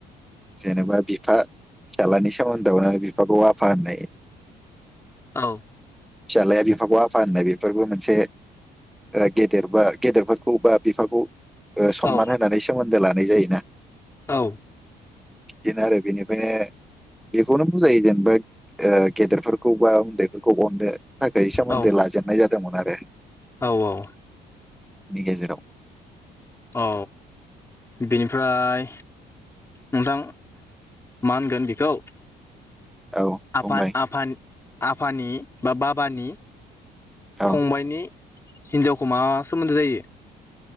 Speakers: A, in the centre; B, on the left (about 15°).
A: जेनेबा बिफा फिसाज्लानि सोमोन्दोआवनो बिफाखौ आफा होननाय
B: औ।
A: फिसालाया बिफाखौ आफा होननाय बेफोरबो मोनसे ओ गेदेर बा गेदेरफोरखौ बा बिफाखौ सनमान
B: औ
A: होनानै सोमोन्दो ला मोननाय जायोना।
B: औ।
A: बिदिनो आरो बेनिफ्रायनो बेखौनो बुजायगोनबो जेनेबा गेदेरफोरखौ बा उन्दैफोरखौ खौ अननो थाखाय सोमोन्दो
B: औ
A: लाजेननाय जादोंमोन आरो।
B: औ औ।
A: बि गेजेराव
B: औ बेनिफ्राय नोंथां मा होनगोन बेखौ?
A: औ
B: आफा
A: बुंबाय
B: आफानि आफानि बा बाबानि
A: औ
B: फंबाइनि हिनजावखौ मा सोमोन्दो जायो?